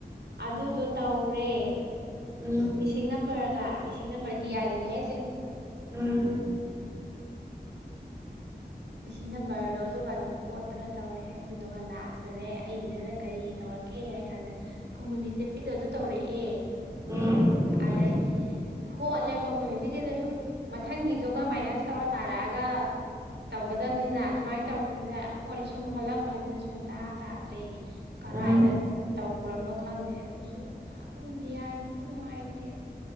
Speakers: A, on the right (about 80°); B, on the right (about 15°).
A: ꯑꯗꯨꯗꯣ ꯇꯧꯔꯦ꯫
B: ꯎꯝ꯫
A: ꯃꯤꯁꯤꯡ ꯅꯝꯕꯔꯒ ꯃꯤꯁꯤꯡ ꯅꯝꯕꯔ ꯗꯤ ꯑꯥꯏꯗꯅꯦ ꯍꯥꯏꯁꯦ꯫
B: ꯎꯝ꯫ <inaudible>
A: ꯃꯤꯁꯤꯡ ꯅꯝꯕꯔꯗꯣ ꯑꯗꯨꯒꯗꯣ ꯍꯣꯠꯇꯅ ꯇꯧꯔꯦ ꯑꯗꯨꯗꯨꯒ ꯂꯥꯁꯇꯅꯦ ꯑꯩꯒꯤꯗꯅ ꯀꯔꯤ ꯇꯧꯔ ꯀꯩ ꯍꯥꯏ ꯀꯥꯟꯗ ꯀꯣꯃꯨꯅꯤꯇꯤꯞꯀꯤꯗꯣ ꯑꯗꯨ ꯇꯧꯔꯛꯑꯦ꯫
B: ꯎꯝ꯫
A: ꯑꯗꯩ ꯍꯣꯠꯂꯦꯀꯣ ꯀꯃꯌꯨꯅꯤꯇꯤ ꯀꯩꯗ ꯁꯨꯝ ꯃꯊꯪꯒꯤꯗꯨꯒ ꯃꯥꯏꯅꯁ ꯇꯧꯔ ꯇꯥꯔꯛꯑꯒ ꯇꯧꯒꯗꯕꯅꯤꯗꯅ ꯑꯗꯨꯃꯥꯏꯅ ꯇꯧꯔ ꯄꯁꯦ ꯁꯨꯝ ꯍꯣꯠꯂꯛꯄꯅꯤꯅ ꯁꯨꯡꯇꯥ ꯇꯥꯗ꯭ꯔꯦ ꯀꯔꯥꯏꯗ
B: ꯎꯝ
A: ꯇꯧ ꯎꯔꯝꯅꯣ ꯈꯪꯗꯦ ꯑꯗꯨꯁꯨ ꯑꯗꯨꯝ ꯗꯤ ꯑꯥꯏꯗꯨꯁꯨ ꯅꯨꯡꯉꯥꯏꯇꯦ꯫